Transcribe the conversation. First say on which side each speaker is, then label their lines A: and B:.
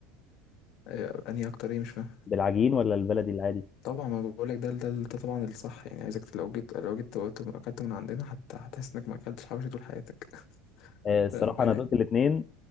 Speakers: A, on the left (about 60°); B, on the left (about 35°).
A: أيوة، انهي اكتر ايه مش فاهم
B: بالعجين ولا البلدي العادي
A: طبعا ما بقولك ده ده ده طبعا الصح يعني عايزك لو جيت لو جيت وقت- اكلت من عندنا حتى هتحس انك ما اكلتش حوش طول حياتك <laughs>
B: آه، الصراحه
A: بامانه
B: انا دقت الاثنين